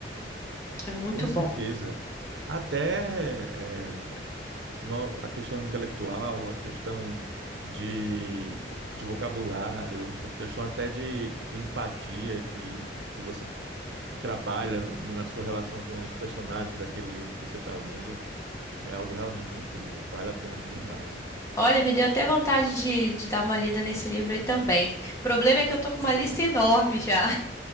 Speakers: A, on the left; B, on the right.
A: É muito
B: Com certeza.
A: bom.
B: Até eh, no- a questão intelectual, a questão de, de vocabulário, a questão até de, de empatia que, que você que trabalha no- na sua relação com os personagens daquele livro que você está lendo, é algo realmente incrível. Vale a pena demais.
A: Olha, me deu até vontade de, de dar uma lida nesse livro aí também. O problema é que eu tô com uma lista enorme já.